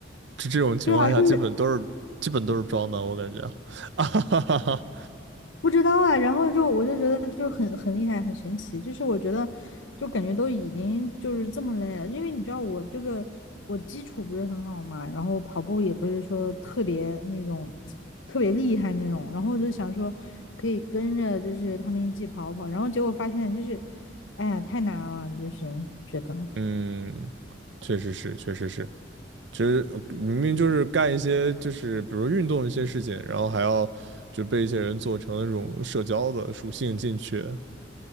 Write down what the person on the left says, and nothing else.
对啊，就是
不知道啊，然后就我就觉得就是很很厉害，很神奇，就是我觉得就感觉都已经就是这么累了，因为你知道我这个我基础不是很好嘛，然后跑步也不是说特别那种特别厉害那种，然后我就想说可以跟着就是他们一起跑跑，然后结果发现就是哎呀太难了，就是觉得。